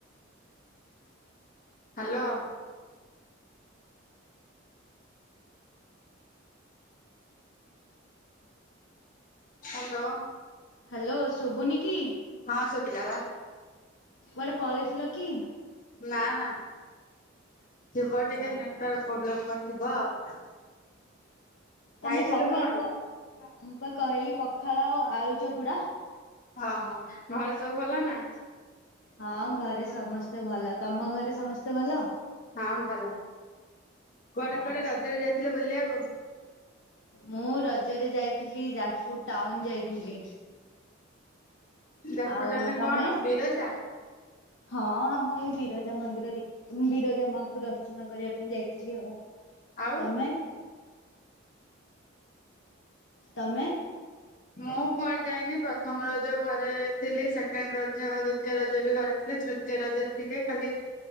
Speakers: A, on the left; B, on the left.
A: ହ୍ୟାଲୋ। ହ୍ୟାଲୋ।
B: ହ୍ୟାଲୋ ଶୁଭୁନି କି?
A: ହଁ ଶୁଭିଲା ବା।
B: କୁଆଡେ ପଳେଇଥିଲ କି?
A: ନା ନା ଥିବ ଟିକେ
B: ଓହୋ
A: ନେଟୱାର୍କ ପ୍ରୋବ୍ଲେମ ଥିବ ଆଉ। ଖାଇଥିଲୁ
B: ତମେ ସକାଳୁ
A: କଣ?
B: କ ମୁଁ ତ କହିଲି ପଖାଳ ଓ ଆଳୁ ଚକୁୁଡା।
A: ହଁ ହଁ ଘରେ ସବୁ ଭଲ ନା।
B: ହଁ ଘରେ ସମସ୍ତେ ଭଲ ତମ ଘରେ ସମସ୍ତେ ଭଲ।
A: ହଁ ଭଲ କୁଆଡେ
B: ଆଚ୍ଛା
A: କୁଆଡେ ରଜରେ ଯାଇଥିଲେ ବୁଲିବାକୁ।
B: ମୁଁ ରଜରେ ଯାଇଥିଲି ଯାଜପୁର ଟାଉନ ଯାଇଥିଲି।
A: ଯାଜପୁର
B: ଆଉ
A: ଟାଉନ
B: ତମେ?
A: କଣ ବିରଜା?
B: ହଁ ଆମ ଏଇ ବିରଜା ମନ୍ଦିର ଦେଖ ବିରଜା ମାଙ୍କୁ ଦର୍ଶନ କରିବା ପାଇଁ ଯାଇଥିଲି ଆଉ
A: ଆଉ
B: ତମେ ତମେ
A: ମୁଁ କୁଆଡେ ଯାଇନି ପ୍ରଥମ ରଜ ଘରେ ଥିଲି ସେକେଣ୍ଡ ରଜ ଦ୍ଵିତୀୟ ରଜ ବି ଘରେ ଥିଲି ତୃତ ରଜରେ ଥିଲେ ଖାଲି